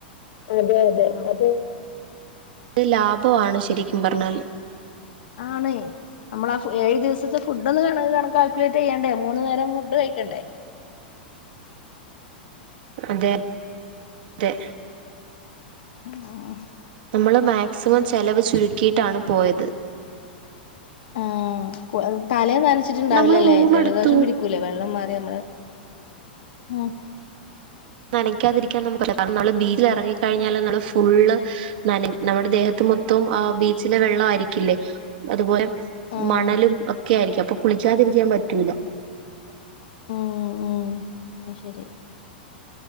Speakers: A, on the left; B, on the right.
A: അതെ അതെ അതെ.
B: ലാഭാണ് ശരിക്കും പർഞ്ഞാല്.
A: ആണ്. നമ്മള് ആ ഫു ഏഴ് ദിവസത്തെ ഫുടൊന്ന് കണക്കാ കണ കാൽക്കുലേറ്റ് ചെയ്യണ്ടേ മൂന്ന് നേരം ഫുഡ് കഴിക്കണ്ടേ?
B: അതെ അതെ.
A: ആഹ്‌
B: നമ്മള് മാക്സിമം ചെലവ് ചുരുക്കിട്ടാണ് പോയത്.
A: ആ തലേ നനച്ചിട്ട്ണ്ടാവില്ലല്ലേ
B: നമ്മള് റൂം
A: ജലദോഷം
B: എടുത്തു
A: പിടി ക്കുലെ വെള്ളം മാറി നമ്മളെ ഉം.
B: നനക്ക്യാതിരിക്കാൻ നമു കാരണം നമ്മള് ബീചിൽ ഇറങ്ങിക്കഴിഞ്ഞാല് നമ്മള് ഫുള്ള് നന നമ്മുടെ ദേഹത്ത് മൊത്തം ആ ബീച്ചിലെ വെള്ളം ആയിരിക്കില്ലേ അതുപോലെ
A: ആഹ്
B: മണലും ഒക്കെ ആയിരിക്കും അപ്പൊ കുളിക്ക്യാതിരിക്കാൻ പറ്റൂല.
A: ഉം ഉം അയി ശരി.